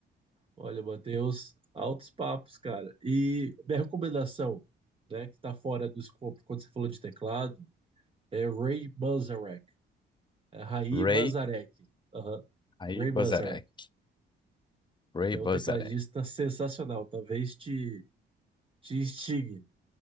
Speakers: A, on the right (about 25°); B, on the left (about 25°).
A: Olha, Matheus, altos papos, cara. E minha recomendação, né, que tá fora do escopo quando você falou de teclado, é Ray Manzarek. É Ray
B: Ray
A: Manzarek. Aham,
B: aí
A: Ray
B: Bozarek.
A: Manzarek,
B: Ray
A: que
B: Bozarek.
A: é um tecladista sensacional. Talvez te, te instigue